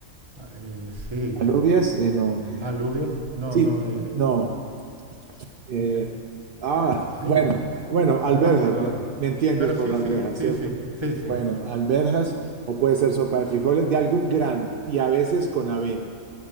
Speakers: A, on the right (about 20°); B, on the right (about 65°).
A: Ah, eh, sí,
B: alubias,
A: eh,
B: eh, no, eh,
A: alubias. No,
B: sí,
A: no, eh,
B: no, eh,
A: eh,
B: ah,
A: ay,
B: bueno, bueno, alberjas,
A: no me acuerdo
B: ¿me
A: ahora.
B: me entiendes
A: Pero
B: por
A: sí,
B: arvejas,
A: sí, sí,
B: cierto?
A: sí, sí, sí.
B: Bueno, alberjas, o puede ser sopa de frijoles de algún grano y a veces con avena.